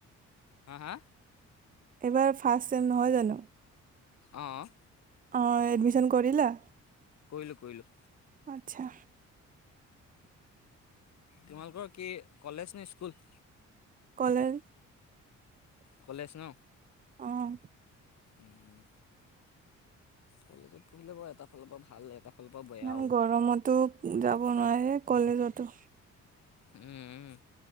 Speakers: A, on the left; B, on the right.
A: হা, হা,
B: এইবাৰ ফাৰ্ষ্ট চেম নহয় জানোঁ?
A: অ'
B: অ', এডমিচন কৰিলা?
A: কৰিলো কৰিলো
B: আচ্ছা।
A: তোমালোকৰ কি, কলেজ নে স্কুল
B: কলেজ।
A: কলেজ ন
B: অ'
A: উম কলেজত পঢ়িলে বাৰু এটা ফালৰ পৰা ভাল। এটা ফালৰ পৰা বেয়াও
B: ইমান গৰমতো যাব নোৱাৰে কলেজতো
A: উম উম